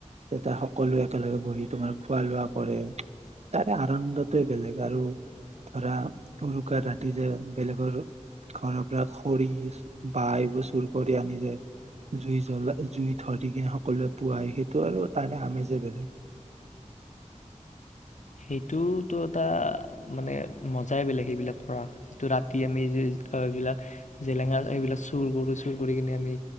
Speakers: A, on the right (about 60°); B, on the left (about 75°).
A: এতিয়া সকলো একেলগে বহি, তোমাৰ খোৱা লোৱা কৰে তাৰে আনন্দটোৱে, বেলেগ আৰু ধৰা উৰুকাৰ ৰাতি, যে বেলেগৰ ঘৰৰ পৰা খৰি বহ এইবোৰ চুৰ কৰি আনি যে। জুই জ্বলা, জুই ধৰি কিনে সকলোৱে পোৱাই, সেইটো আৰু তাৰে আমেজে বেলেগ।
B: সেইটোতো এটা মানে মজাই বেলেগ, সেইবিলাক কৰা যিটো ৰাতি আমি যবিলাক জেলেঙা সেইবিলাক চুৰ কৰো, চুৰ কৰি কিনে আমি